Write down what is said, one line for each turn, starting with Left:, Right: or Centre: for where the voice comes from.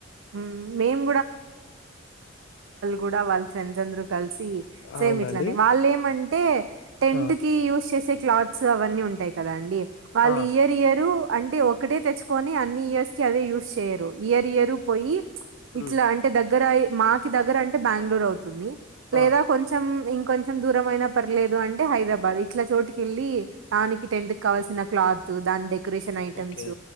Right: హ్మ్. మేము కూడా వాళ్ళ ఫ్రెండ్స్ అందరు కలిసి సేమ్
Left: అవునండి
Right: ఇట్లనే వాళ్ళ ఏమంటే టెంట్
Left: ఆ
Right: కి యూస్ చేసే క్లాత్స్ అవన్నీ ఉంటాయి కదా అండి వాళ్ళు
Left: ఆ
Right: ఇయర్ ఇయరు అండి ఒక ఒక్కటే తెచ్చుకోని అన్ని ఇయర్స్ కి అదే యూస్ చేయ్యి ఇయర్ ఇయరు పొయ్యి ఇట్ల
Left: ఉమ్
Right: అంటే దగ్గర అయ్ మా దగ్గర అంటే బెంగ్ళూర్ అవుతుంది లేదా
Left: ఆ
Right: కొంచెం ఇంకొంచెం దు దూరం ఆయన పర్లేదు అంటే హైదరాబాద్ ఇట్ల చోటుకి వెళ్ళి దానికి టెంట్ కావాల్సిన క్లాత్ దాని దగ్గర డెకరేషన్ ఐటమ్స్
Left: ఓకే